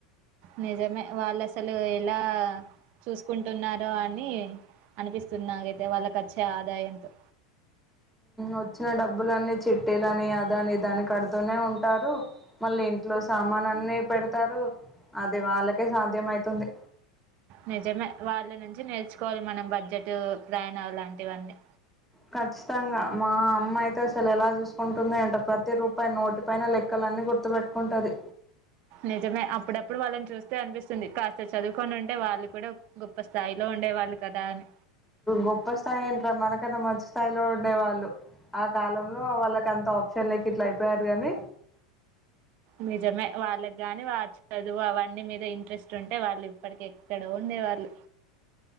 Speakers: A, on the right; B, in the centre.
A: నిజమే వాళ్ళు అసలు ఎలా చూసుకుంటున్నారో, అని అనిపిస్తున్నా నాకు అయితే వాళ్ళకు వచ్చే ఆదాయంతో.
B: వచ్చిన డబ్బులన్ని చిట్టీలని అదని ఇదని కడుతూనే ఉంటారు. మళ్ళీ ఇంట్లో సామాన్ అన్ని పెడతారు. అది వాళ్ళకే సాధ్యం అయితుంది.
A: నిజమే వాళ్ళ నుంచి నేర్చుకోవాలి. మనం బడ్జెట్ ప్రయాణం లాంటివన్నీ.
B: ఖచ్చితంగా మా అమ్మ అయితే అసలు ఎలా చూసుకుంటుంది ఎంటో ప్రతి రూప ప నోటి పైన లెక్కలన్నీ గుర్తు పెట్టుకుంటది.
A: నిజమే అప్పుడప్పుడు వాళ్ళని చూస్తే అనిపిస్తుంది కాస్త చదుకొని ఉంటే వాళ్ళు కూడా గొప్ప స్థాయిలో ఉండేవాళ్ళు కదా అని
B: గొప్ప స్థాయి ఏంట్రా మనకన్నా మంచి స్థాయిలో ఉండేవాళ్ళు ఆ కాలంలో వాళ్ళక అంత ఆప్షన్ చెన్నైకి ఇట్లా అయిపోయారు గానీ
A: నిజమే వాళ్ళకిగాని వా చదువు అవన్నీ మీద ఇంట్రెస్ట్ ఉంటే వాళ్ళు ఇప్పటికి ఎక్కడో ఉండే వాళ్ళు